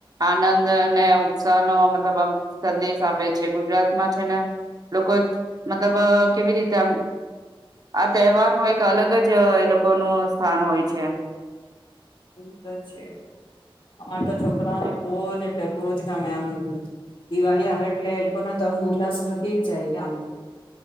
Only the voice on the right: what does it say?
આનંદ ને ઉત્સાહનો મતલબ આમ સંદેશ આપે છે ગુજરાતમાં છે ને લોકો મતલબ એવી રીતે આ તહેવાર નું એક અલગ જ એ લોકો નો સ્થાન હોય છે